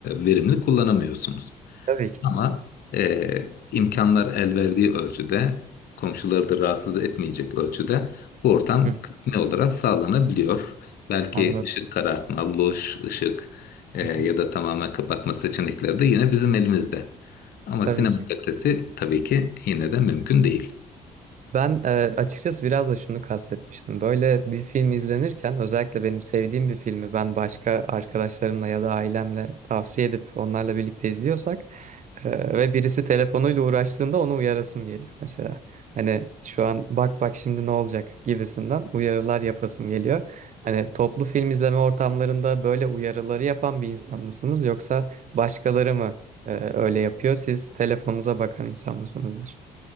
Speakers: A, on the left; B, on the right.
A: verimli kullanamıyorsunuz.
B: Tabii ki.
A: Ama eee, imkanlar el verdiği ölçüde, komşuları da rahatsız etmeyecek ölçüde bu ortam
B: Hı,
A: kısmi olarak sağlanabiliyor. Belki
B: anladım.
A: ışık karartma, loş ışık eee,
B: Hı
A: ya
B: hı.
A: da tamamen kapatma seçenekleri de yine bizim elimizde. Ama
B: Tabii
A: sinema
B: ki.
A: kalitesi tabii ki yine de mümkün değil.
B: Ben e, açıkçası biraz da şunu kastetmiştim. Böyle bir film izlenirken özellikle benim sevdiğim bir filmi ben başka arkadaşlarımla ya da ailemle tavsiye edip onlarla birlikte izliyorsak e, ve birisi telefonuyla uğraştığında onu uyarasım geliyor mesela. Hani şu an bak bak şimdi ne olacak gibisinden uyarılar yapasım geliyor. Hani toplu film izleme ortamlarında böyle uyarıları yapan bir insan mısınız yoksa başkaları mı e, öyle yapıyor? Siz telefonunuza bakan insan mısınızdır?